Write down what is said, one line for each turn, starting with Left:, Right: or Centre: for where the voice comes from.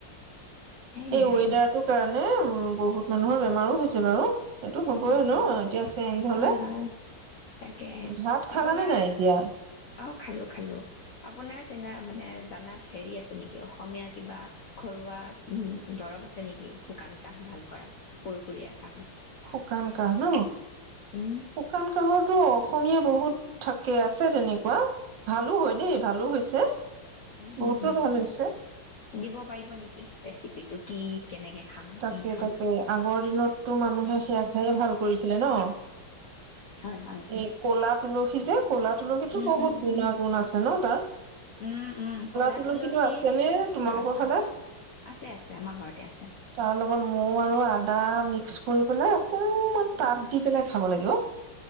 Left: সেইয়াই
Right: এই
Left: আৰু
Right: ৱেডাৰটোৰ কাৰণে উ বহুত মানুহৰ বেমাৰো হৈছে বাৰু। এইটো হ'বই
Left: উম
Right: ন? এতিয়া চেঞ্জ
Left: হয়
Right: হ'লে
Left: হয় তাকে
Right: ভাত
Left: আপোনাৰ
Right: খালানে নাই এতিয়া?
Left: অ খালো খালো আপোনাৰ চিনা মানে জানাত হেৰি আছে নেকি? অসমীয়া কিবা ঘৰুৱা উম, দৰব আছে নেকি? শুকান কাহ ভাল কৰা? সুৰ সুৰীয়া কাহত
Right: শুকান কাহ ন?
Left: উম
Right: শুকান কাহৰটো অসমীয়া বহুত থাকে আছে তেনেকুৱা ভালো হয়, দেই ভালো হৈছে।
Left: উম,
Right: বহুতৰ
Left: হম, হম
Right: ভাল হৈছে।
Left: দিব পাৰিব নেকি ৰেচিপিটো কি? কেনেকে খাম
Right: তাকে,
Left: কি খাম
Right: তাকে আগৰ দিনতটো মানুহে সেয়া খায়ে ভাল কৰিছিলে ন?
Left: হয় হয়
Right: এই কলা তুলসী যে, ক'লা তুলসীতো
Left: উম
Right: বহুত
Left: উম
Right: গুণাগুণ আছ ন তাৰ
Left: উম, উম ক'লা
Right: তুলসীটো
Left: তুলসী
Right: আছে নে তোমালোকৰ
Left: হয়, হয়
Right: ফালে?
Left: আছে, আছে আমাৰ ঘৰতে আছে।
Right: তাৰ লগত মৌ আৰু আদা মিক্স কৰি পেলাই অকণমান
Left: উম
Right: টাপ দি পেলাই খাব লাগে হেল্ল'